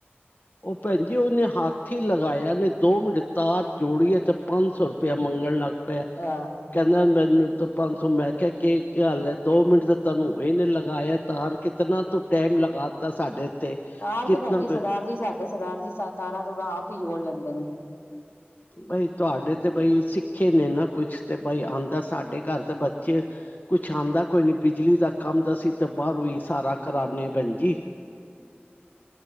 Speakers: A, on the left; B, on the left.
A: ਉਹ ਭੈਣ ਜ ਉਹਨੇ ਹਾਥੀ ਲਗਾਇਆ ਨੇ ਦੋ ਮਡ ਤਾਰ ਜੋੜੀਏ ਤੇ ਪੰਜ ਸੌ ਰੁਪਇਆ ਮੰਗਣ ਲੱਗ ਹੋ
B: ਆਹ
A: ਕਹਿੰਦਾ ਮੈਡਮਿੰਟ ਤੋਂ ਪੰਜ ਸੌ ਮੈਂ ਕਿਹਾਿਆ ਕੀ ਗੱਲ ਹੈ ਦੋ ਮਿੰਟ ਤਾਂ ਤੁਹਾਨੂੰ ਇਹਨੇ ਲਗਾਇਆ ਤਾਰ ਕਿਤਨਾ ਤੂੰ ਟੈਮ ਲਗਾ ਦਿੱ ਤਾ ਸਾਡੇ ਤੇ
B: ਤਾਰ
A: ਕਿਤਨਾ
B: ਤੇ ਭੈਣਜੀ ਸਰਦਾਰ
A: ਕੁ
B: ਜੀ ਸਾਡੇ ਸਰਦਾਰ ਜੀ ਤਾਰਾਂ ਤਾਰਾਂ ਆਪ ਹੀ ਜੋੜ ਲੈਂਦੇ ਨੇ
A: ਬਈ ਤੁਹਾਡੇ ਤੇ ਬਈ ਸਿੱਖੇ ਨੇ ਨਾ ਕੁਛ ਤੇ ਬਈ ਆਉਂਦਾ ਸਾਡੇ ਘਰ ਤਾਂ ਬੱਚੇ ਕੁਛ ਆਉਂਦਾ ਕੋਈ ਨਹੀਂ ਬਿਜਲੀ ਦਾ ਕੰਮ ਦਸੀਂ ਤਾਂ ਬਾਹਰੋਂ ਹੀ ਸਾਰਾ ਕਰਾਉਂਦੇ ਹਾਂ ਭੈਣ ਜਜੀ